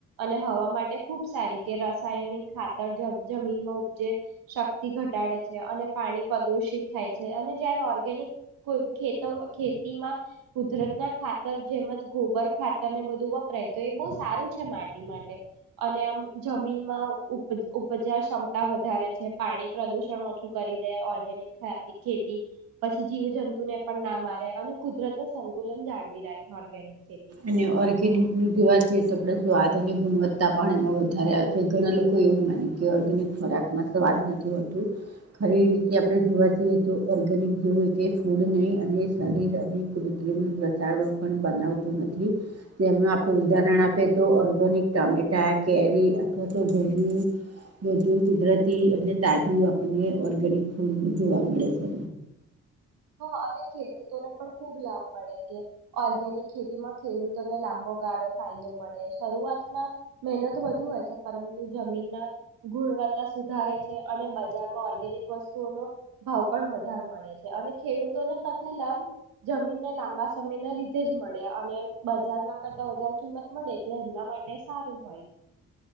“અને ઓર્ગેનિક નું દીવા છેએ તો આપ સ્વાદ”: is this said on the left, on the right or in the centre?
Right